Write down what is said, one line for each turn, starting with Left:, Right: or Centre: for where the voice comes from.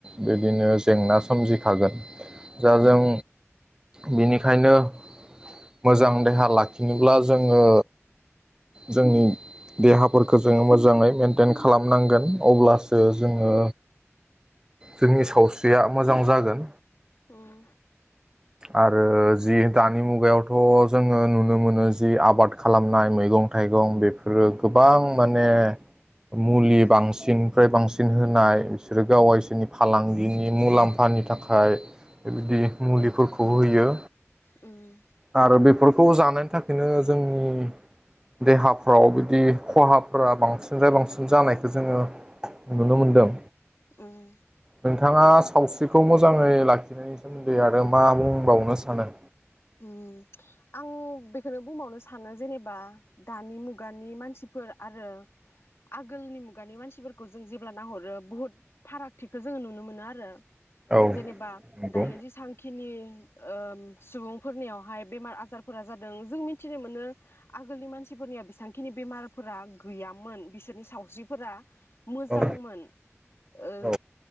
Right: बिदिनो जेंना सोमजिखागोन
Left: उम
Right: दा जों बेनिखायनो मोजां देहा लाखिनोब्ला जोङो जोंनि देहाफोरखौ जोङो मोजाङै मेनटेन खालामनांगोन अब्लासो जोङो
Left: औ
Right: जोंनि सावस्रिया मोजां जागोन।
Left: उम।
Right: आरो जि दानि मुगायावथ' जोङो नुनो मोनो जि आबाद खालामनाय मैगं थाइगं बेफोरो गोबां माने मुलि
Left: औ
Right: बांसिननिफ्राय बांसिन सिन होनाय बिसोरो गाव इसोरनि फालांगिनि मुलाम्फानि थाखाय बेबायदि मुलिफोरखौ होयो
Left: उम
Right: आरो बे खौ जानायनि थाखायनो जोंनि देहाफ्राव बिदि खहाफोरा बांसिनफ्राय बांसिन जानायखौ जोङो नुनो मोनदों।
Left: उम।
Right: नोंथाङा सावस्रिखौ मोजाङै लाखिनायनि सोमोन्दोै आरो मा बुंबावनो सानो।
Left: उम आं बेखौनो बुंबावनो सानो जेनेबा दानि मुगानि मानसिफोर आरो आगोलनि मुगानि मानसिफोरखौ जों जेब्ला नाहरो बुहुद फारागथिखौ जोङो नुनो मोनो आरो।
Right: औ
Left: जेनेबा
Right: नंगौ
Left: दायो ज सांखिनि सुबुंफोरनियावहाय बेमार आजार फोरा जादों जों मिथिनो मोनो आगोलनि मानसिफोरनिया बेसांखिनि बेमारफोरा गैयामोन बिसोरनि सावस्रिफोरा मोजांमोन
Right: औ
Left: ओ
Right: औ